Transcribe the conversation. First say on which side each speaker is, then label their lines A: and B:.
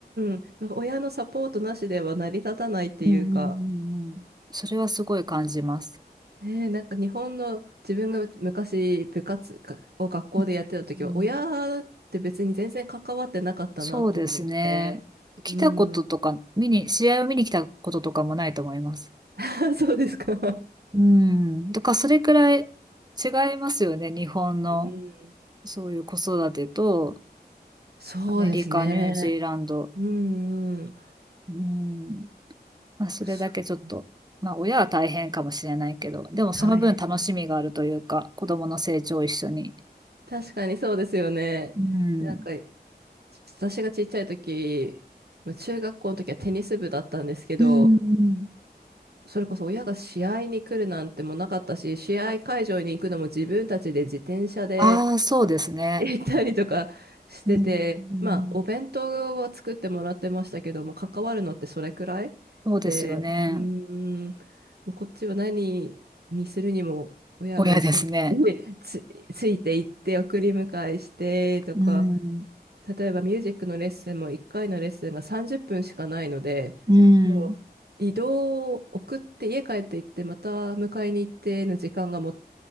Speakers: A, on the right; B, on the right.
A: ん、なんか親のサポートなしでは成り立たないっていうか、
B: うんうんうんうん。それはすごい感じます。
A: えーなんか日本の自分が昔部活を学校でやってた時は、
B: うんうん
A: 親って別に全然関わってなかったなと思って、
B: そうですね。来たこととか、
A: うん、
B: 見に、試合を見に来たこととかもないと思います。
A: <laughs> そうですか。
B: うん。だからそれくらい違いますよね。日本の
A: うん、
B: そういう子育てと、
A: そうですね。
B: アメリカ、ニュージーランド。
A: うんうん。
B: うんまあ、それだけちょっと、
A: そう
B: まあ、親は大変かもしれないけど、でもその分楽しみがあるというか、
A: 大変。
B: 子供の成長を一緒に。
A: 確かにそうですよね。
B: うん。
A: なんか、私がちっちゃい時、まあ中学校の時はテニス部だったんですけど、
B: うん。
A: それこそ親が試合に来るなんてもなかったし、試合会場に行くのも自分たちで自転車でえ
B: ああ、そうですね。
A: 行ったりとかしてて、
B: うん。うん。
A: まあ、お弁当は作ってもらってましたけども、関わるのってそれくらいで、
B: そうですよね。
A: うーん、こっちは何にするにも親が一緒に
B: 親ですね。
A: <laughs> つ、ついて行って送り迎えしてとか、
B: うん。
A: 例えばミュージックのレッスンも1回のレッスンが30分しかないので、
B: うん。
A: もう移動を送って家帰って行ってまた迎えに行っての時間がも、